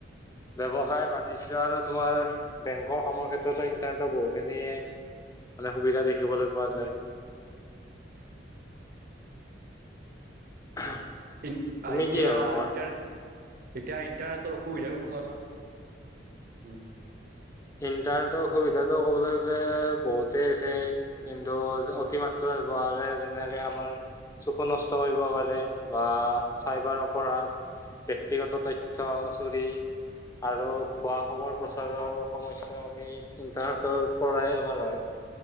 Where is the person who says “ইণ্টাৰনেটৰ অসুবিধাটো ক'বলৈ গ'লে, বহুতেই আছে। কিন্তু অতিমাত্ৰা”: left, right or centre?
Left